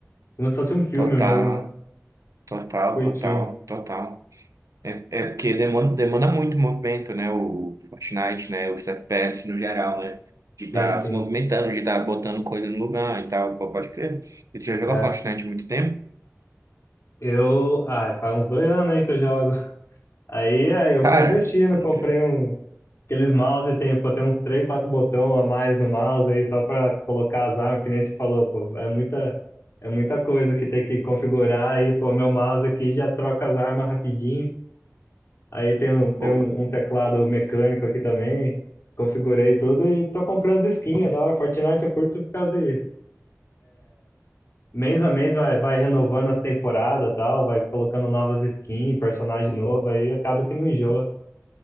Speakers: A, on the left; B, on the right.
A: como se fosse um filme
B: Total,
A: mesmo, né?
B: total,
A: Curtindo.
B: total, total. É, é porque demanda, demanda muito movimento, né? O Fortnite, né? Os FPS no geral, né? De
A: Sim,
B: estar
A: sim.
B: se movimentando, de estar botando coisa no lugar e tal. Pô, pode crer. Ele já jogou
A: É.
B: Fortnite há muito tempo?
A: Eu, ah, faz uns dois anos aí que eu jogo. Aí é, eu
B: Cara,
A: fui investindo,
B: pode
A: comprei
B: crer.
A: um, aqueles mouse, tem, pô, tem uns três, quatro botão a mais no mouse aí, só pra colocar as armas, que nem você falou, pô, é muita, é muita coisa que tem que configurar aí, pô, meu mouse aqui já troca as armas rapidinho. Aí tem um, tem
B: Opa.
A: um, um teclado mecânico aqui também. Configurei tudo e tô comprando as skins. É da hora. Fortnite eu curto por causa de. Mês a mês vai, vai renovando as temporadas e tal, vai colocando novas skins, personagem novo, aí acaba que não enjoa.